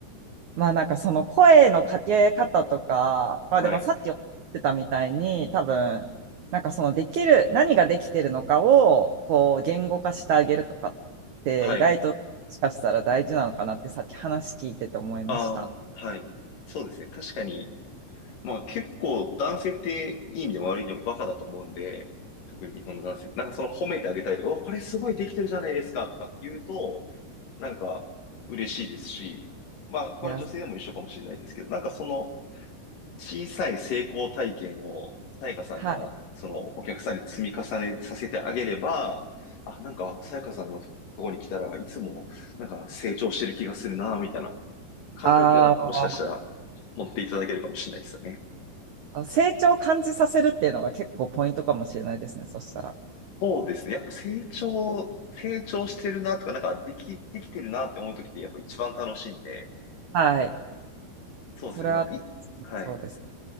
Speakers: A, on the right; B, on the left.
A: まあなんかその声のかけ方とか、まあでもさっきおっしゃってたみたいに、
B: はい。
A: 多分、なんかそのできる、何ができてるのかを、こう、言語化してあげるとかって、
B: はい。
A: 意外と、もしかしたら大事なのかなってさっき話聞いてて思いました。
B: ああ、はい。そうですね。確かに、まあ結構男性っていい意味でも悪い意味でもバカだと思うんで、特に日本の男性って、なんかその褒めてあげたりとか、お、これすごいできてるじゃないですかとかって言うと、なんか嬉しいですし、まあ、これ女性でも一緒かもしれないですけど、
A: いや、
B: なんかその小さい成功体験を、さやかさんが、
A: はい。
B: そのお客さんに積み重ねさせてあげれば、あ、なんかさやかさんのところに来たらいつもなんか成長してる気がするな、みたいな感覚がもしかしたら持っていただけるかもしれないですよね。
A: ああ、成長を感じさせるっていうのが結構ポイントかもしれないですね、そしたら。
B: そうですね。やっぱ成長、成長してるなとか、なんかでき、できてるなって思うときってやっぱ一番楽しいんで、
A: はい。
B: そうですね。
A: それは、
B: い、はい。
A: そうです。